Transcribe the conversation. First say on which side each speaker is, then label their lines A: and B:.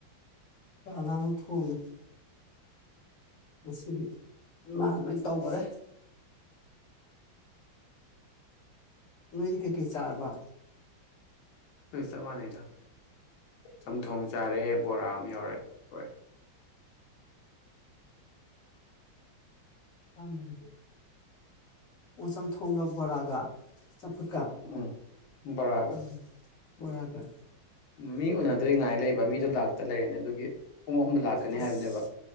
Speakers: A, on the left (about 45°); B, on the left (about 80°).
A: ꯑꯉꯥꯡꯅ ꯊꯣꯡꯉꯦ꯫ ꯉꯁꯤꯗꯤ ꯃꯥꯅ ꯂꯣꯏ ꯇꯧꯈꯔꯦ꯫ ꯅꯣꯏꯗꯤ ꯀꯩꯀꯩ ꯆꯥꯔꯕ?
B: ꯆꯞ ꯃꯥꯟꯅꯩꯗ ꯆꯝꯊꯣꯡ ꯆꯥꯔꯦ, ꯕꯣꯔꯥ ꯑꯃ ꯌꯥꯎꯔꯦ ꯂꯣꯏꯔꯦ꯫
A: ꯇꯔꯥꯃꯔꯤ꯫ ꯑꯣ ꯆꯝꯊꯣꯡꯒ, ꯕꯣꯔꯥꯒ, ꯆꯝꯐꯨꯠꯀ
B: ꯎꯝ ꯕꯣꯔꯥꯒ
A: ꯎꯝ, ꯕꯣꯔꯒ
B: ꯃꯤ ꯎꯅꯗꯣꯏ ꯉꯥꯏ ꯂꯩꯕ ꯃꯤꯗꯣ ꯂꯥꯛꯇ ꯂꯩꯔꯦꯅꯦ, ꯑꯗꯨꯒꯤ ꯄꯨꯡ ꯑꯍꯨꯝꯗ ꯂꯥꯛꯀꯅꯤ
A: ꯑꯁ
B: ꯍꯥꯏꯕꯅꯦꯕ꯫